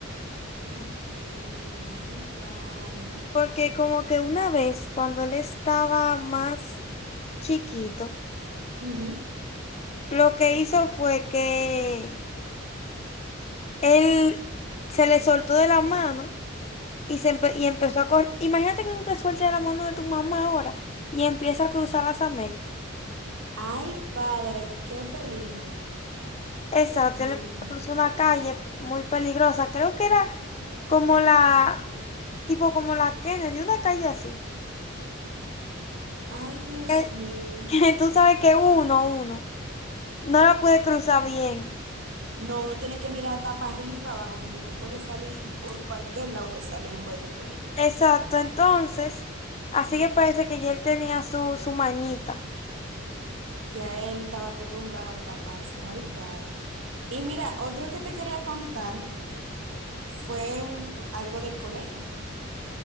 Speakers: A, on the right; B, on the left.
A: Ok, ay, padre.
B: Porque como que una vez, cuando él estaba más chiquito,
A: Ujú.
B: lo que hizo fue que él se le soltó de la mano. Y, se empe- y empezó a correr. Imagínate que tú te sueltes de la mano de tu mamá ahora y empieza a cruzar las Américas.
A: Ay, padre, qué peligro.
B: Exacto,
A: No,
B: él empezó
A: no.
B: a cruzar
A: no.
B: una calle muy peligrosa. Creo que era como la, tipo como la Kennedy, una calle así.
A: Ay, Dios
B: Que,
A: mío.
B: <laughs> tú sabes que uno, uno, no la puede cruzar bien.
A: No, uno tiene que mirar tapa arriba y para abajo porque te puede salir por cualquier lado, te sale un vehículo.
B: Exacto, entonces, así que parece que ya él tenía su, su mañita.
A: Ya él estaba acostumbrado a escaparse. Ay, padre. Y mira, otro que te quería contar fue un- algo del colegio.